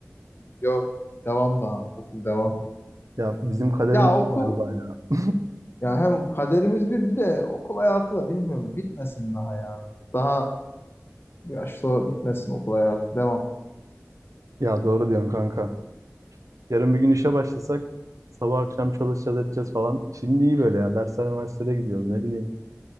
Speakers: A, on the left; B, on the right.
A: yok. Devam daha. Okul devam.
B: Ya bizim kaderimiz
A: Ya okul
B: bu galiba ya.
A: Ya hem kaderimiz bir bir de okul hayatı da bilmiyorum bitmesin daha ya. Daha bu yaşta bitmesin okul hayatı devam.
B: Ya doğru diyorsun kanka. Yarın bir gün işe başlasak sabah akşam çalışacağız edeceğiz falan. Şimdi iyi böyle ya. Dersler üniversitede gidiyoruz ne bileyim.